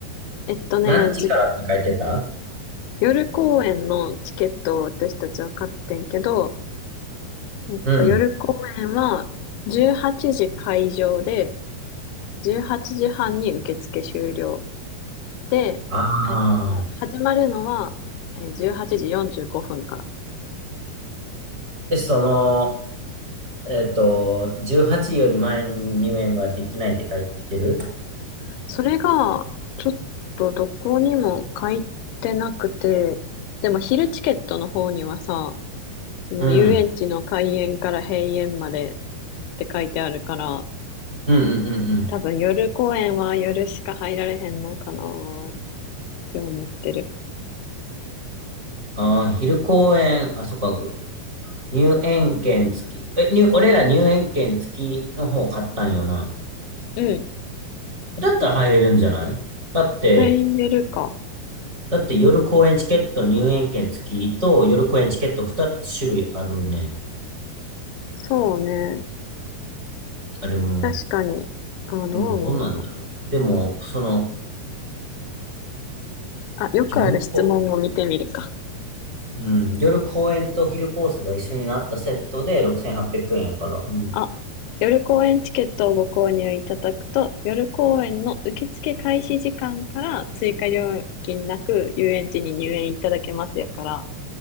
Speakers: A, on the left (about 85°); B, on the right (about 25°).
A: う。えっとね、
B: 何時からって書いてた
A: じ、夜公演のチケットを私たちは買ってんけど、えっと、
B: うん。
A: 夜公演は18時会場で、18時半に受付終了。で、
B: あ
A: えっと、
B: あ。
A: 始まるのはえー18時45分から。
B: え、その、えっと、18より前に入園はできないって書いてる
A: それが、ちょっとどこにも書いてなくて、でも昼チケットの方にはさ、その遊園地の開園から閉園まで
B: うん。
A: って書いてあるから、
B: うんうんうんうん。
A: 多分夜公園は夜しか入られへんのかなーって思ってる。
B: ああ、昼公演、あ、そっか。入園券付き。え、入、俺ら入園券付きの方買ったんよな。
A: うん。
B: だったら入れるんじゃないだって、
A: 入れるか。
B: だって夜公演チケット入園券付きと夜公演チケット2つ種類あるね。
A: そうね。
B: あれも、
A: 確かに。あ、どう思うの
B: でもどうなんだろう。でも、その、
A: あ、よくある質問を見てみるか。
B: 夜こ、うん、夜公演と昼コースが一緒になったセットで6800円やから。うん。
A: あ、夜公演チケットをご購入いただくと、夜公演の受付開始時間から追加料金なく遊園地に入園いただけますやから、